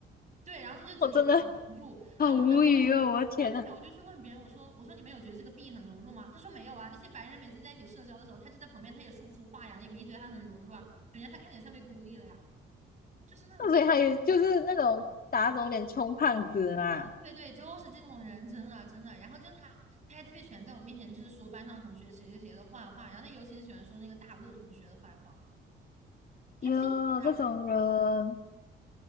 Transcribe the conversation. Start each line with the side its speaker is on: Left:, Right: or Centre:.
Right: 对，然后他就觉得自己很融入，
Left: <laughs> 我真的好无语哦，
Right: 然后呢，后面我对后面我就去问别人，
Left: 我的天呐。
Right: 我说我说你们有觉得这个 B 很融入吗？他说没有啊，那些白人每次在一起社交的时候，他就在旁边，他也说不出话呀，也没觉得他很融入啊，感觉他看起来像被孤立了呀，就是那种
Left: 那所以他也就是那种打肿脸充胖子嘛。
Right: 对对对，就是这种人，真的真的。然后就他他还特别喜欢在我面前就是说班上同学谁谁谁的坏话，然后他尤其是喜欢说那个大陆同学的坏话，他自己是大陆人
Left: 哟，这种人，